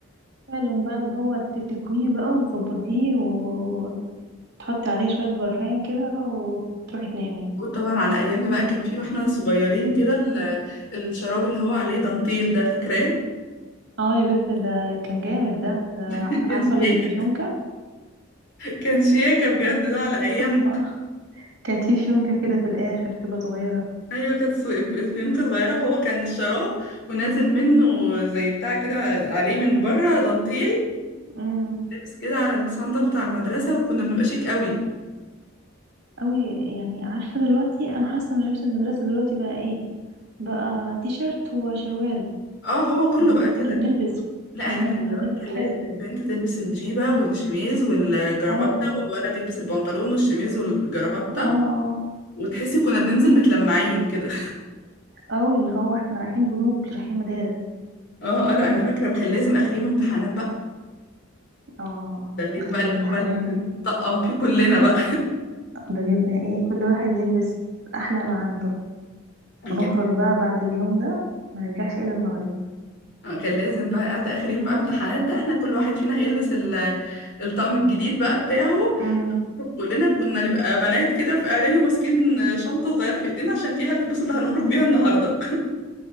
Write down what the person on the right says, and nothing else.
فعلا بقى اللي هو تتكويه بقى وتظبطيه و- وتحطي عليه شوية برفان كده وتروحي تنامي
اه يا بنت ده كان جامد ده ده
عارفة
اللي بفيونكة
<laughs> اه كان في فيونكة كده في الآخر تبقى صغيرة
امم
أوي يعني عارفة دلوقتي أنا حاسة إن لبس المدرسة دلوقتي بقى إيه، بقى تي شيرت وشروال
احنا زمان
كنا بنلبس
احنا
زمان
كنا
بنلبس
حلو
اه اه
اه اه
اوي اللي هو احنا رايحين جنوب رايحين مدارس
اه
اخر
يوم
امتحانات
ده بيبقى ايه كل واحد يلبس احلى ما عنده
ونخرج
بقى بعد اليوم ده ما نرجعش الا المغرب
امم